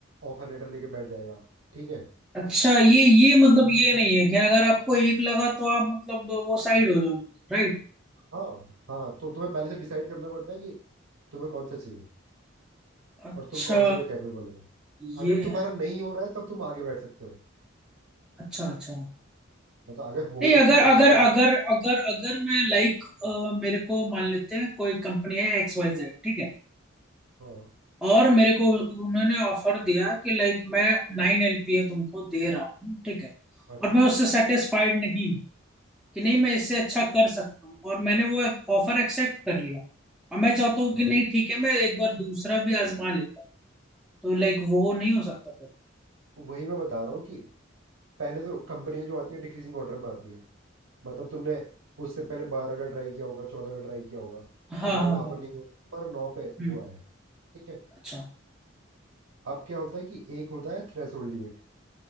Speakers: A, on the right (about 80°); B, in the centre.
A: ऑफर लेटर लेके बैठ जाएगा ठीक है
B: अच्छा ये ये मतलब ये नहीं है कि अगर आपको एक लगा तो आप मतलब वो साइड हो जाओगे राइट
A: हाँ हाँ तो तुम्हें पहले से डिसाइड करना पड़ता है कि तुम्हें कौन सा चाहिए
B: अच्छा
A: और तुम कौन से में कैपेबल हो
B: ये
A: अगर
B: है
A: तुम्हारा नहीं हो रहा है तब तुम आगे बैठ सकते हो
B: अच्छा अच्छा
A: मतलब अगर हो
B: नहीं
A: गया
B: अगर
A: तुम्हें ऑफर
B: अगर
A: लेटर
B: अगर अगर अगर मैं लाइक
A: हाँ
B: मेरे को मान लेते हैं कोई कंपनी है एक्स वाई जेड ठीक है
A: हाँ
B: और मेरे को उन्होंने ऑफर दिया कि लाइक मैं नाइन एलपीए तुमको दे रहा हूँ ठीक है
A: हाँ,
B: और
A: ठीक
B: मैं उससे
A: है
B: सेटिस्फाइड नहीं हूँ कि नहीं मैं इससे अच्छा कर सकता हूँ और मैंने वो
A: हाँ
B: ऑफर एक्सेप्ट कर लिया और मैं चाहता हूँ
A: हाँ,
B: कि नहीं ठीक है मैं एक बार दूसरा भी आजमा लेता हूँ तो लाइक वो नहीं हो सकता फिर
A: वही मैं बता रहा हूँ कि पहले तो कंपनियां जो आती है डिक्रीजिंग ऑर्डर में आती है मतलब तुमने उससे पहले बारह का ट्राई किया होगा चौदह का ट्राई किया होगा
B: हाँ
A: तुम्हारा
B: हाँ
A: वहां
B: हाँ
A: पर नहीं हुआ तुम्हारा नौ पे
B: हम्म
A: हुआ है ठीक है
B: अच्छा
A: अब क्या होता है कि एक होता है थ्रेशोल्ड लिमिट